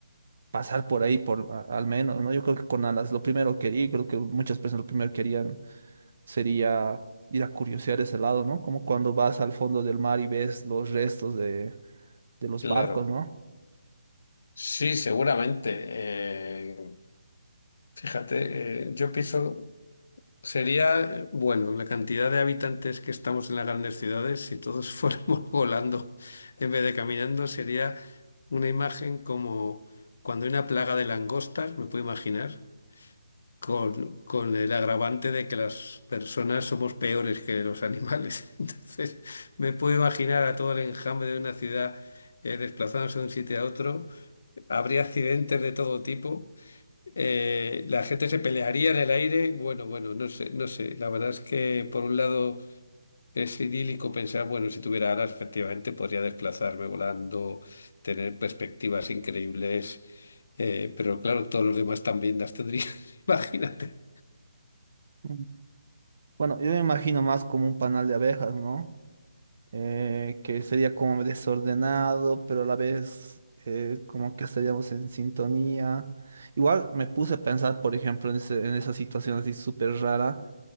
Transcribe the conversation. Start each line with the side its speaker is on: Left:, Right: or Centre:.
Right: pasar por ahí, por a- al menos, ¿no? Yo creo que con alas, lo primero que quería, creo que muchas personas lo primero querían sería ir a curiosear ese lado, ¿no? Como cuando vas al fondo del mar y ves los restos de, de los
Left: claro.
Right: barcos, ¿no?
Left: Sí, seguramente. Eh, fíjate, eh, yo pienso, sería, eh, bueno, la cantidad de habitantes que estamos en las grandes ciudades, si todos <laughs> fuéramos volando en vez de caminando, sería una imagen como cuando hay una plaga de langostas, me puedo imaginar, con, con el agravante de que las personas somos peores que los animales. <laughs> Entonces, me puedo imaginar a todo el enjambre de una ciudad eh, desplazándose de un sitio a otro. Habría accidentes de todo tipo. Eh, la gente se pelearía en el aire. Bueno, bueno, no sé, no sé. La verdad es que por un lado es idílico pensar, bueno, si tuviera alas, efectivamente podría desplazarme volando, tener perspectivas increíbles. Eh, pero claro, todos los demás también las tendría. <laughs> Imagínate.
Right: Mm. Bueno, yo me imagino más como un panal de abejas, ¿no? Eh, que sería como desordenado, pero a la vez eh, como que estaríamos en sintonía. Igual me puse a pensar, por ejemplo, en, ese- en esa situación así súper rara.